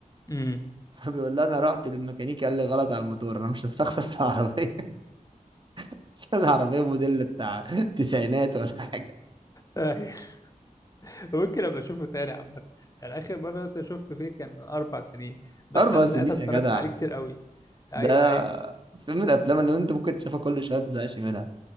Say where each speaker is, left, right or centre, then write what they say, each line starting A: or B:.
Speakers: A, on the left; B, on the right.
A: امم
B: <laughs> فبيقول لها انا رحت للميكانيكي قال لي غلط على الموتور انا مش هستخسر في العربيه <laughs> العربيه موديل بتاع تسعينات ولا حاجه
A: آه، <laughs> ممكن ابقى اشوفه تاني عامة انا اخر مرة مثلا شفته فيه كان من اربع سنين بس
B: اربع
A: انا ساعتها
B: سنين
A: اتفرجت
B: يا جدع
A: عليه كتير قوي ايوه
B: ده
A: ايوه
B: فيلم من الافلام اللي انت ممكن تشوفها كل شويه ما تزهقش منها